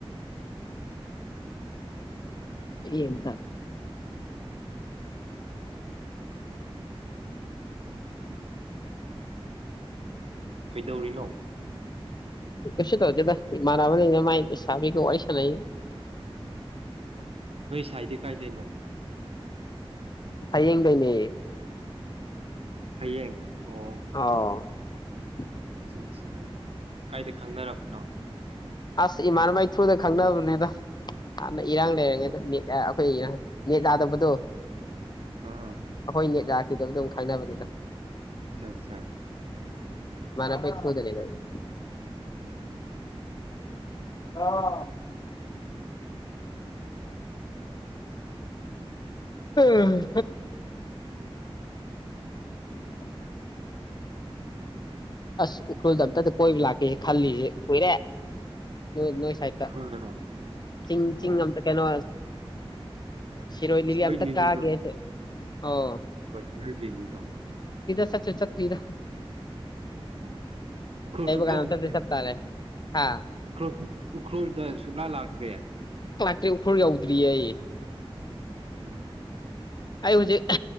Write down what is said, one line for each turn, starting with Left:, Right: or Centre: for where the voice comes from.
Left: ꯑꯦ ꯏꯟ
Right: ꯀꯩꯗꯧꯔꯤꯅꯣ
Left: ꯀꯁ ꯇꯣꯗ ꯃꯥꯔꯕꯅꯤꯥꯏ ꯁꯕꯤꯒ ꯋꯥꯏꯁꯥꯅ
Right: ꯅꯣꯏ ꯁꯥꯏꯗꯤ ꯀꯥꯏꯗꯩꯅꯣ
Left: ꯍꯌꯦꯡ ꯀꯅꯦ
Right: ꯐꯌꯦꯡ
Left: ꯑ
Right: ꯑꯣ ꯑꯠꯆꯥ ꯑꯠꯆꯥ ꯀꯥꯏꯗ ꯈꯪꯅꯔꯛꯄꯅꯣ
Left: ꯑꯁ ꯏꯃꯥꯔꯃ ꯊ꯭ꯔꯨꯗ ꯈꯪꯅꯕꯅꯦꯗ ꯏꯔꯥꯡ ꯂꯩꯔꯦ
Right: ꯑꯣ
Left: <unintelligible> ꯅꯦꯠ ꯌꯥꯥꯗꯕꯗꯣ ꯑꯩꯈꯣꯏ
Right: ꯑꯥ
Left: ꯁꯤꯈꯤꯗꯕꯗ ꯑꯃꯨꯛ ꯈꯪꯅꯕꯅꯤꯅ
Right: ꯑꯆꯥ ꯑꯆꯥ
Left: ꯏꯃꯥꯅꯕꯒꯤ ꯊꯔꯨꯗꯒꯤꯅꯤ ꯗꯥ
Right: ꯎꯝ
Left: ꯑ ꯎꯝ ꯎ ꯑꯁ ꯎꯈꯨꯔꯨꯜꯗ ꯑꯝꯇꯗꯤ ꯀꯣꯏ ꯂꯥꯛ ꯀꯦ ꯈꯜꯂꯤꯁꯦ ꯀꯨꯏꯔꯦ ꯅꯣꯏ ꯅꯣꯏ ꯁꯥꯏꯠꯇ
Right: ꯎꯈ꯭ꯔꯨꯜꯗꯔꯣ
Left: ꯆꯤꯡ
Right: ꯑꯣ
Left: ꯆꯤꯡ ꯑꯝꯇ ꯀꯩꯅꯣ ꯁꯤꯔꯣꯏ ꯂꯤꯂꯤ
Right: ꯍꯣꯏ
Left: ꯑꯝꯇ
Right: ꯂꯤꯂꯤꯗꯣ
Left: ꯀꯥꯒꯦꯁꯦ ꯑꯣ
Right: <unintelligible>
Left: <unintelligible> ꯆꯠꯇꯔꯤꯗ
Right: ꯑꯣ ꯎꯈ꯭ꯔꯨꯜ ꯁꯨꯛꯇꯠ
Left: ꯀꯥꯟꯗ ꯑꯝꯇꯗꯤ
Right: ꯁꯦ
Left: ꯆꯠ ꯇꯥꯔꯦ ꯍꯥ
Right: ꯎꯈ꯭ꯔꯨꯜ ꯎꯈ꯭ꯔꯨꯜꯗ ꯁꯨꯛꯂꯥ ꯂꯥꯛꯇ꯭ꯔꯦ
Left: ꯑꯩ ꯎꯈꯨꯔꯂ ꯌꯎꯗ꯭ꯔꯤꯌꯦ ꯑꯩ
Right: ꯎꯝꯝ
Left: ꯑꯩ ꯍꯧꯖꯤꯛ